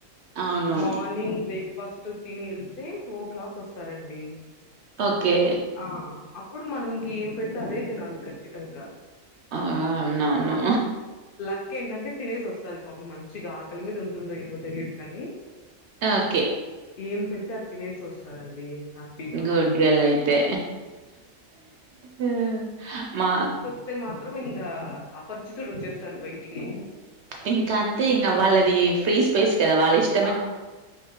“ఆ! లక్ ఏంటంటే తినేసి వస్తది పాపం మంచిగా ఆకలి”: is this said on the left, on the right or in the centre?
Left